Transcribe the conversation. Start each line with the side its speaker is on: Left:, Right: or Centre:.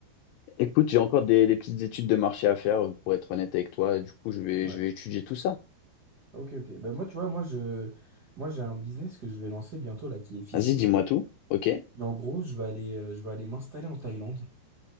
Left: Écoute, j'ai encore des, des petites études de marché à faire, euh, pour être honnête avec toi. Du coup, je vais,
Right: Ouais.
Left: je vais étudier tout ça.
Right: Ok, ok. Bah moi, tu vois, moi je, moi j'ai un business que je vais lancer bientôt là, qui est physique.
Left: Vas-y, dis-moi tout. Ok,
Right: Et en gros, je vais aller, euh, je vais aller m'installer en Thaïlande.